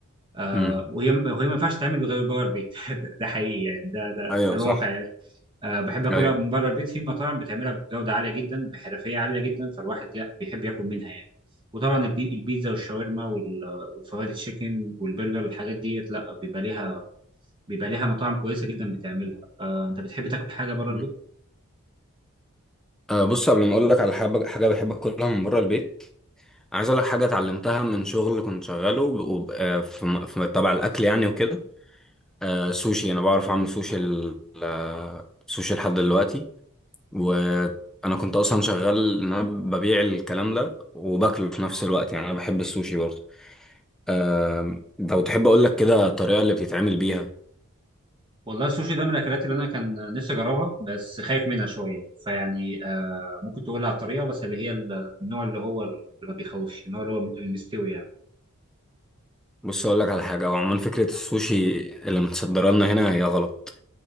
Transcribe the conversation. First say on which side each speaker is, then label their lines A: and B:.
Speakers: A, on the right; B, in the centre.
A: آه
B: مم.
A: وهي وهي ما ينفعش تتعمل غير بره البيت <laughs> ده ده حقيقي يعني ده ده
B: ايوه
A: ده الواقع
B: صح
A: يعني آه بحب اكلها
B: ايوه
A: من بره البيت في مطاعم بتعملها بجوده عاليه جدا بحرفيه عاليه جدا فالواحد يا- بيحب ياكل منها يعني وطبعا البي- البيتزا والشاورما وال- والفرايد تشيكن والبرجر الحاجات ديت لا بيبقى ليها بيبقى ليها مطاعم كويسه جدا بتعملها آه انت بتحب تاكل حاجه بره
B: مم.
A: البيت
B: أه بص قبل ما اقول لك على حاجه حاجه بحب اكلها من بره البيت عايز اقول لك حاجه اتعلمتها من شغل كنت شغاله وب- وب- آه، في م- في تبع الاكل يعني وكده أه سوشي انا بعرف اعمل سوشي ال- آه، سوشي لحد دلوقتي وانا كنت اصلا شغال ان انا ببيع الكلام ده وباكله في نفس الوقت يعني انا بحب السوشي برضه آم، لو تحب اقول لك كده الطريقه اللي بتتعمل بيها
A: والله السوشي ده من الاكلات اللي انا كان نفسي اجربها بس خايف منها شويه فيعني آه ممكن تقول لي على الطريقه بس اللي هي النوع اللي هو اللي ما بيخوفش النوع اللي هو المستوي يعني
B: بص اقول لك على حاجه هو عموما فكره السوشي اللي متصدره لنا هنا هي غلط